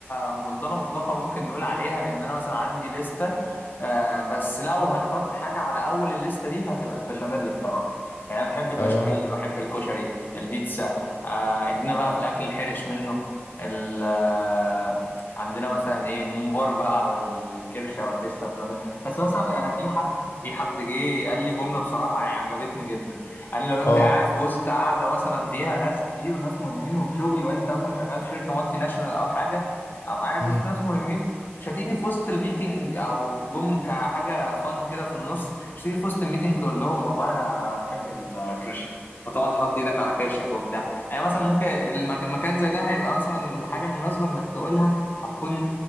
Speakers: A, on the left (about 45°); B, on the left (about 75°).
A: مفضله مطلقه ممكن نقول عليها لان انا مثلا عندي لسته آه بس لو هنحط حاجه على اول الليسته دي فهتبقى البشاميل بصراحه يعني انا بحب البشاميل
B: اه م-
A: بحب الكشري البيتزا آه ادينا بقى في الاكل الحرش منه ال آه، عندنا مثلا ايه الممبار بقى والكرشه والفشه والكلام ده بس مثلا انا في حد في حد جه قال لي جمله بصراحه يعني عجبتني جدا قال لي لو انت
B: اه
A: قاعد في وسط قاعده مثلا فيها ناس كتير وناس مهمين وفي شغل وانت مثلا شغال في شركه مالتي ناشونال او حاجه او قاعد
B: مم.
A: وسط ناس مهمين مش هتيجي في وسط الميتنج او جم كحاجه فن كده في النص مش هتيجي في وسط الميتنج تقول لهم والله انا بحب الكرشه وتقعد تحط ايدك على كرشك وبتاع يعني مثلا ممكن المك- مكان زي ده هيبقى مثلا الحاجه المناسبه انك تقولها هتكون